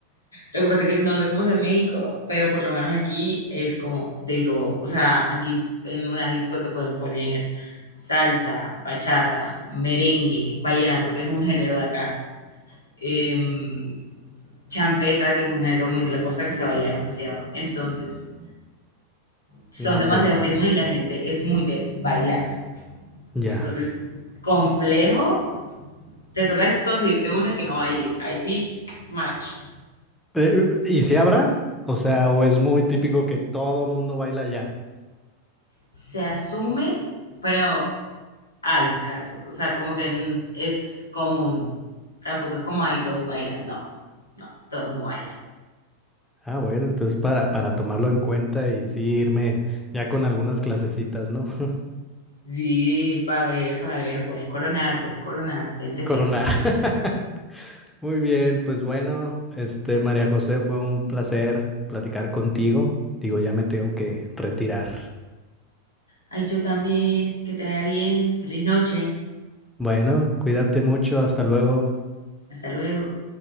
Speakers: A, on the left (about 80°); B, in the centre.
A: Lo que pasa es que no sé cómo es en México, pero por lo menos aquí es como de todo. O sea, aquí en una disco te pueden poner salsa, bachata, merengue, vallenato, que es un género de acá. Em, champeta, que es un género muy de la costa que se baila demasiado. Entonces, son
B: No,
A: demasiados
B: pues
A: ritmos y la gente es muy de bailar.
B: ya.
A: Entonces, complejo, te toca conseguirte una que no baile. Ahí sí, match.
B: Eh, ¿y si habrá? O sea, o es muy típico que todo mundo baila allá.
A: Se asume, pero hay casos. O sea, como que es común. Tampoco es como ahí todos bailan. No, no, todos no bailan.
B: Ah, bueno, entonces para, para tomarlo en cuenta y sí irme ya con algunas clasecitas, ¿no? <laughs>
A: Sí, para ver, para ver, puedes coronar, puedes coronar. Tente
B: Coronar.
A: fe, tente
B: <laughs>
A: fe.
B: Muy bien, pues bueno, este María José, fue un placer platicar contigo. Digo, ya me tengo que retirar.
A: Ay, yo también, que te vaya bien, feliz noche.
B: Bueno, cuídate mucho, hasta luego.
A: Hasta luego.